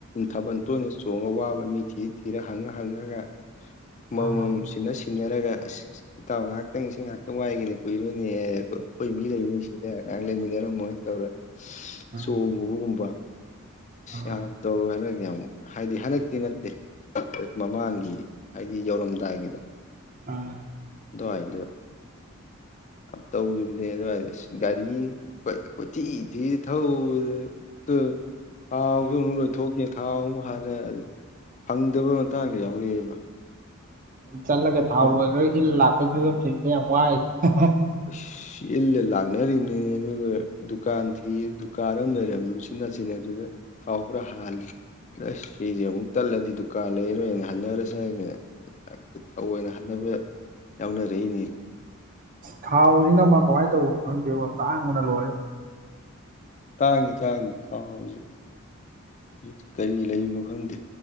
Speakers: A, on the left; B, on the right.
A: ꯊꯥꯕꯟ ꯇꯣꯏꯅ ꯆꯣꯡꯉꯥ ꯋꯥꯕ ꯃꯤ ꯊꯤ ꯊꯤꯔꯥ ꯍꯪꯉ ꯍꯪꯉꯒ ꯃꯝꯃꯝ
B: ꯎꯝ
A: ꯁꯤꯟꯅ ꯁꯤꯟꯅꯔꯒ ꯑꯁ ꯏꯇꯥꯎ ꯉꯥꯏꯍꯥꯛꯇꯪ ꯁꯤ ꯉꯍꯥꯛꯇꯪ ꯋꯥꯏꯒꯦꯅꯦ ꯀꯨꯏꯔꯣꯏꯅꯦ ꯍꯥꯏꯔꯒ ꯑꯩꯈꯣꯏ ꯃꯤ ꯂꯩꯕꯅꯤ ꯁꯤꯗ ꯉꯥꯏꯍꯥꯛ ꯂꯩꯃꯤꯟꯅꯔꯝꯃꯣ ꯇꯧꯔꯥ
B: ꯎꯝ
A: ꯆꯣꯡꯉꯨꯕꯒꯨꯝꯕ
B: ꯎꯝ
A: ꯌꯥꯝ ꯇꯧꯔꯣ ꯍꯥꯏꯅ ꯌꯥꯝ ꯍꯥꯏꯗꯤ ꯍꯟꯗꯛꯇꯤ ꯅꯠꯇꯦ ꯃꯃꯥꯡꯒꯤ ꯍꯥꯏꯗꯤ ꯌꯧꯔꯝꯗꯥꯏꯒꯤꯗꯣ
B: ꯎꯝ
A: ꯑꯗꯨꯋꯥꯢꯗ ꯇꯧꯈꯤꯕꯅꯦ ꯑꯗꯨꯋꯥꯢꯗꯤ ꯒꯥꯔꯤꯒꯤ ꯀꯣꯏꯊꯤ ꯊꯤ ꯊꯧꯔꯦ ꯑꯗꯟ ꯊꯥꯎꯁꯨ ꯑꯃꯨꯛ ꯂꯣꯏꯊꯣꯛꯒꯤ ꯊꯥꯎ ꯑꯃ ꯍꯥꯟꯂꯦ ꯐꯪꯗꯕꯩ ꯃꯇꯥꯡꯁꯨ ꯌꯥꯎꯔꯛꯑꯦꯕ
B: ꯆꯠꯂꯒ ꯊꯥꯎ
A: ꯑꯗꯨꯝ
B: ꯂꯣꯏꯈ꯭ꯔꯥ ꯏꯜ ꯂꯥꯛꯄ ꯐꯤꯕꯝꯁꯤꯡꯁꯦ ꯌꯥꯝ ꯋꯥꯔꯤꯁꯦ
A: ꯢꯁ ꯁꯤ ꯏꯜꯂ ꯂꯥꯛꯅꯔꯤꯕꯅꯤ ꯑꯗꯨꯒ ꯗꯨꯀꯥꯟ ꯊꯤ ꯗꯨꯀꯥꯟ ꯑꯃ ꯂꯩꯔꯝꯂꯦ ꯎꯆꯤꯟ ꯅꯆꯤꯟꯅ ꯑꯗꯨꯗ ꯊꯥꯎ ꯈꯔ ꯍꯥꯜꯂꯦ ꯑꯁ ꯁꯤꯗꯤ ꯑꯃꯨꯛ ꯇꯠꯂꯗꯤ ꯗꯨꯀꯥꯟ ꯂꯩꯔꯣꯏꯅ ꯍꯟꯅꯔꯁꯤ ꯍꯥꯏꯅ ꯊꯧꯑꯣꯏ ꯑꯣꯏꯅ ꯍꯟꯅꯕ ꯌꯥꯎꯅꯔꯛꯏꯅꯦ
B: ꯊꯥꯎꯁꯤꯅ ꯑꯃ ꯀꯃꯥꯏꯅ ꯇꯧꯕꯅꯣ ꯈꯪꯗꯦ ꯇꯥꯡꯕꯅ ꯂꯣꯏꯔꯦ
A: ꯇꯥꯡꯉꯤ ꯇꯥꯡꯉꯤ ꯊꯥꯎꯁꯦ ꯍꯧꯖꯤꯛ ꯀꯔꯤ ꯂꯩꯕꯅꯣ ꯈꯪꯗꯦ